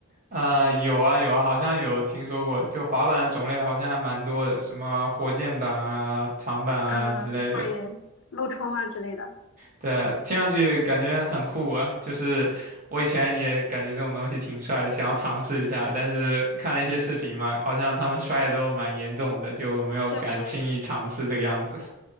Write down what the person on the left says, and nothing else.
嗯，对，陆冲啊之类的，
确实。